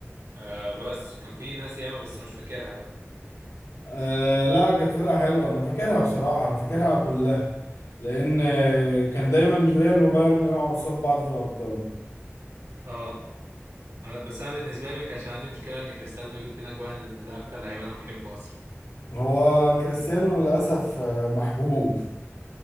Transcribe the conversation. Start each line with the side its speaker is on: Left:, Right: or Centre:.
Right: آه بس وكان في ناس ياما بس مش فاكرها بقى
Left: آه لا كانت فرقة حلوة انا فاكرها بصراحة انا فاكرها كلها لان آه، كان دايما ريال وبايرن يقعوا قصاد بعض في الابطال
Right: اه ما- بس انا بالنسبه لي ما كانش عندي مشكله ان كريستيانو يجيب فينا جوان لان ده اكتر لعيب انا بحبه اصلا
Left: هو كريستيانو للاسف آه، محبوب